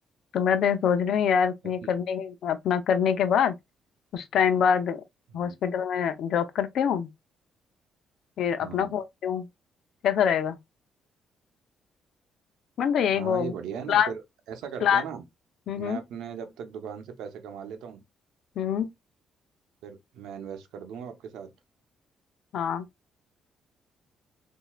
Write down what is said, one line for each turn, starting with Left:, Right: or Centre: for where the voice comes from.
Left: तो मैं तो ये सोच रही हूँ यार
Right: क्योंकि
Left: ये करने के अपना करने के बाद कुछ टाइम बाद हॉस्पिटल
Right: हम्म,
Left: में जॉब करती हूँ फिर
Right: हाँ
Left: अपना खोलती हूँ कैसा रहेगा मैंने तो यही
Right: हाँ
Left: गो
Right: ये बढ़िया है
Left: प्लान
Right: ना फिर ऐसा करते
Left: प्लान
Right: हैं ना
Left: हम्म
Right: मैं
Left: हम्म
Right: अपने जब तक दुकान से पैसे कमा लेता हूँ
Left: हम्म,
Right: फिर मैं इन्वेस्ट कर दूंगा आपके साथ
Left: हाँ